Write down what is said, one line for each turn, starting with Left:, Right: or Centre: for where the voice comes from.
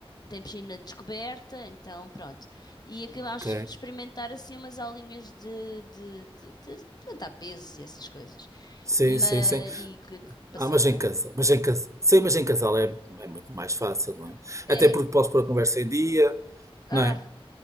Left: tem piscina descoberta, então pronto. E acabámos
Right: ok.
Left: de experimentar assim umas aulinhas de, de, de, de levantar pesos e essas coisas.
Right: Sim,
Left: Mas,
Right: sim, sim.
Left: e que, que passada.
Right: Ah, mas em casa, mas em casa. Sim, mas em casal é, é muito mais fácil, não é?
Left: É.
Right: Até porque podes pôr a conversa em dia,
Left: Ah.
Right: não é?